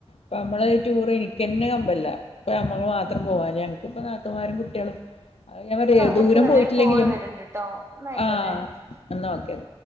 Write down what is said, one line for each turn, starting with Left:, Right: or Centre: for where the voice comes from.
Left: പ്പ അമ്മളൊരു ടൂറെനി ക്കന്ന് കമ്പല്ല പ്പ അമ്മള് മാത്രം പോകാന് ഞങ്ങക്കിപ്പ നാത്തൂമാരും കുട്ട്യളും ഞാൻ പറയാ ദൂരം
Right: ഒറ്റ സമയം
Left: പോയിട്ടില്ലെങ്കിലും
Right: ഒരു കോള് വരുന്നുണ്ട് ട്ടോ എന്നായിക്കോട്ടെ
Left: ആഹ് എന്നാ
Right: ഉം.
Left: ഓകെ